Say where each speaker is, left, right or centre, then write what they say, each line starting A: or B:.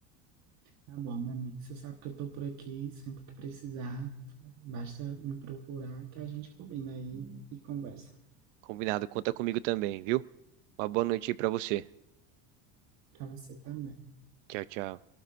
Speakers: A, on the right (about 45°); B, on the right (about 80°).
A: Tá bom, meu amigo, você sabe que eu tô por aqui, sempre que precisar, basta me procurar que a gente combina aí e conversa.
B: Combinado. Conta comigo também, viu? Uma boa noite aí pra você.
A: Pra você também.
B: Tchau, tchau.